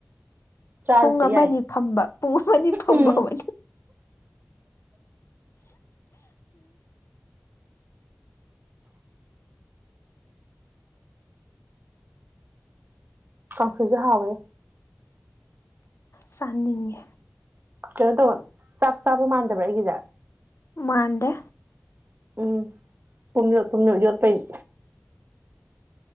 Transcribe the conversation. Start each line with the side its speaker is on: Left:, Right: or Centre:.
Right: ꯆꯥꯔꯨꯁꯦ
Left: ꯄꯨꯡ ꯑꯃ
Right: ꯌꯥꯏ
Left: ꯐꯝꯕ ꯄꯨꯡ ꯑꯃꯅꯤ ꯐꯝꯕ
Right: ꯎꯝ
Left: ꯎ
Right: ꯄꯁꯤꯨꯖꯦ ꯍꯥꯋꯦ
Left: ꯆꯥꯅꯤꯡꯉꯤ
Right: ꯀꯩꯅꯣ ꯇꯧꯕ ꯆꯥꯛ ꯆꯥꯕ ꯃꯥꯟꯗꯕ꯭ꯔꯥ ꯑꯩꯒꯤꯁꯦ
Left: ꯃꯥꯥꯟꯗꯦ
Right: ꯎꯝ ꯇꯨꯝ ꯌꯣ ꯇꯨꯝꯅꯣ ꯌꯠꯄꯅꯤ